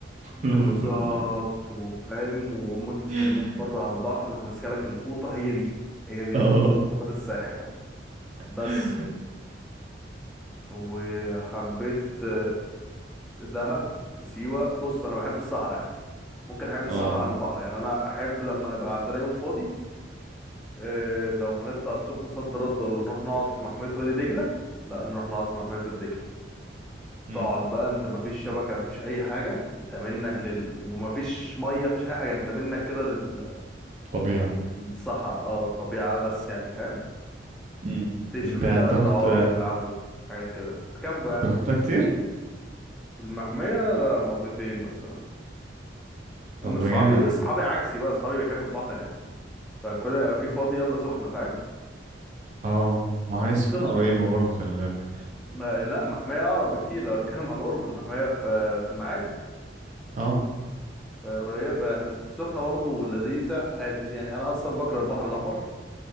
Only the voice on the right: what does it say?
ولما <laughs> تطلع
<laughs>
اه
<laughs>
اه
مم.
مم.
طبيعي
امم
انت انت
رحت
انت رحتها كتير
طب
بجد
اه ما هي سخنة
قريبة برضو خلي بالك
اه